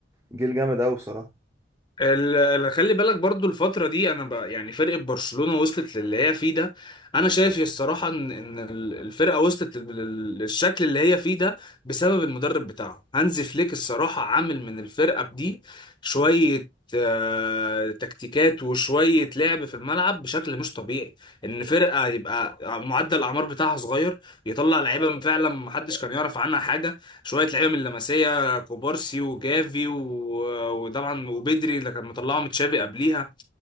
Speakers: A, on the right; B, on the left.
A: جيل جامد قوي بصراحة
B: ال- ال- خلي بالك برضو الفترة دي أنا بقى يعني فرقة برشلونة وصلت للي هي فيه ده أنا شايف الصراحة إن إن ال- الفرقة وصلت لل- لل- للشكل اللي هي فيه ده بسبب المدرب بتاعه هانزي فليك الصراحة عامل من الفرقة دي شوية آه، تكتيكات وشوية لعب في الملعب بشكل مش طبيعي إن فرقة يبقى معدل الأعمار بتاعها صغير يطلع لعيبة فعلا محدش كان يعرف عنها حاجة شوية لعيبة من اللمسية كوبارسي وجافي و- وطبعا وبدري اللي كان مطلعه من تشافي قبليها